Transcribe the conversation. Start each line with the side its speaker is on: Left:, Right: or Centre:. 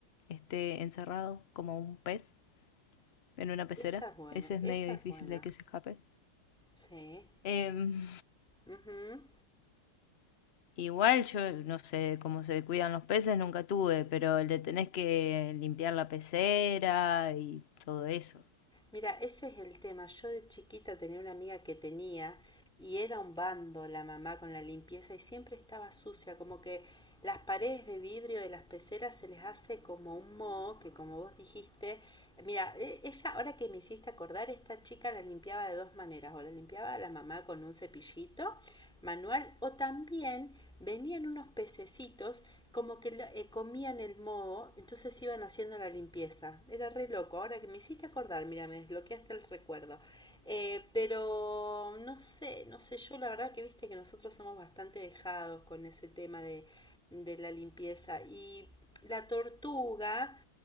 Left: esté encerrado, como un pez, en una pecera.
Centre: Esa es buena,
Left: Ese es
Centre: esa
Left: medio difícil
Centre: es buena.
Left: de que se escape.
Centre: Sí.
Left: Em,
Centre: Ujú.
Left: <laughs> igual yo no sé cómo se cuidan los peces, nunca tuve, pero le tenés que limpiar la pecera y todo eso.
Centre: Mira, ese es el tema. Yo de chiquita tenía una amiga que tenía y era un bando la mamá con la limpieza y siempre estaba sucia, como que las paredes de vidrio de las peceras se les hace como un moho, que como vos dijiste, mira, e- ella ahora que me hiciste acordar, esta chica la limpiaba de dos maneras, o la limpiaba la mamá con un cepillito manual o también venían unos pececitos como que eh, comían el moho, entonces iban haciendo la limpieza. Era re loco, ahora que me hiciste acordar, mira, me desbloqueaste el recuerdo. Eh, pero no sé, no sé, yo la verdad que viste que nosotros somos bastante dejados con ese tema de, de la limpieza y la tortuga